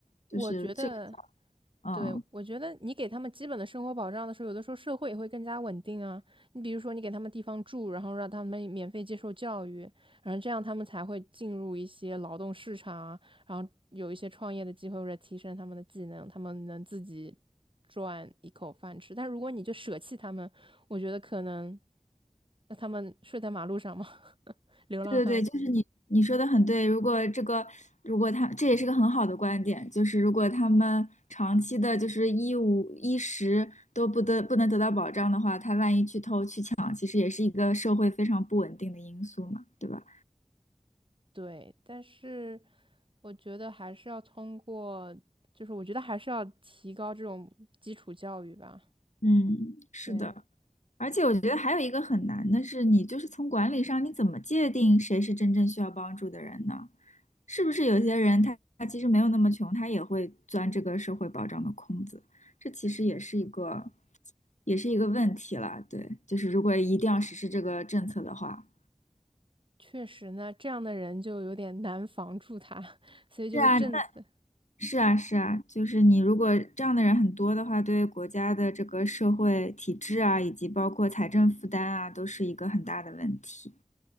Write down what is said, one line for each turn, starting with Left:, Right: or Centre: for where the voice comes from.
Right: 我觉得。
Left: 就是这个角，嗯。
Right: 对，我觉得你给他们基本的生活保障的时候，有的时候社会也会更加稳定啊。你比如说，你给他们地方住，然后让他们免费接受教育，然后这样他们才会进入一些劳动市场啊，然后有一些创业的机会，或者提升他们的技能，他们能自己赚一口饭吃。但如果你就舍弃他们，我觉得可能，那他们睡在马路上吗？<laughs> 流浪汉。
Left: 对对对，就是你你说的很对。如果这个，如果他这也是个很好的观点，就是如果他们长期的，就是衣物衣食都不得不能得到保障的话，他万一去偷去抢，其实也是一个社会非常不稳定的因素嘛，对吧？
Right: 对，但是我觉得还是要通过，就是我觉得还是要提高这种基础教育吧。
Left: 嗯，是的。
Right: 对，
Left: 而且我觉得还有一个很难的是，你就是从管理上，你怎么界定谁是真正需要帮助的人呢？是不是有些人他他其实没有那么穷，他也会钻这个社会保障的空子？这其实也是一个，也是一个问题了。对，就是如果一定要实施这个政策的话，
Right: 确实呢，这样的人就有点难防住他，<laughs> 所以就是政策。
Left: 是啊，那是啊，是啊，就是你如果这样的人很多的话，对国家的这个社会体制啊，以及包括财政负担啊，都是一个很大的问题。